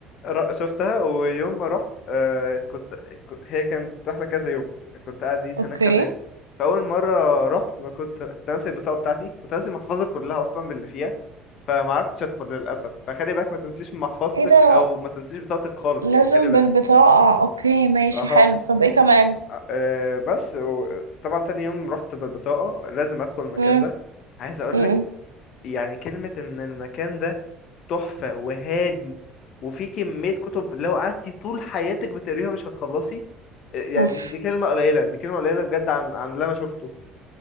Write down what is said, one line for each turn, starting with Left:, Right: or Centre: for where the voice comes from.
Left: ر- شفتها ويوم ما رحت آه كنت ك- هي كانت رحلة كذا يوم كنت قاعدين
Right: اوكي
Left: هناك كذا يوم فأول مرة رحت ما كنت كنت ناسي البطاقة بتاعتي كنت ناسي المحفظة كلها أصلا باللي فيها فما عرفتش أدخل للأسف فخلي بالك ما تنسيش محفظتك
Right: ايه ده
Left: أو ما تنسيش بطاقتك خالص
Right: لازم
Left: يعني خلي بالك
Right: بالبطاقة اوكي ماشي
Left: أها
Right: حلو طب ايه كمان
Left: آه، آه، بس و... طبعا تاني يوم رحت بالبطاقة لازم أدخل المكان
Right: امم
Left: ده عايز أقول
Right: امم
Left: لك يعني كلمة إن المكان ده تحفة وهادي وفي كمية كتب لو قعدتي طول حياتك بتقريها مش هتخلصي آه، يعني
Right: اوف
Left: دي دي كلمة قليلة دي كلمة قليلة بجد عن عن اللي أنا شفته